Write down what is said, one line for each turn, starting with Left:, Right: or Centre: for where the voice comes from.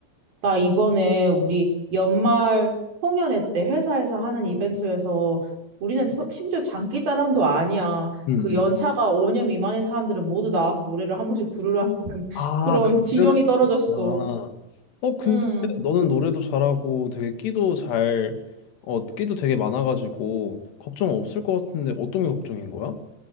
Right: 나 이번에 우리 연말 송년회 때 회사에서 하는 이벤트에서 우리는 처- 심지어 장기자랑도 아니야.
Left: 응,
Right: 그
Left: 응.
Right: 연차가 5년 미만인 사람들은 모두 나와서 노래를 한 번씩 부르라는 <laughs>
Left: 아,
Right: 그런
Left: 강제로
Right: 지령이
Left: 시켰구나.
Right: 떨어졌어.
Left: 어, 근데
Right: 응.
Left: 너는 노래도 잘하고 되게 끼도 잘, 어, 끼도 되게 많아가지고, 걱정 없을 것 같은데 어떤 게 걱정인 거야?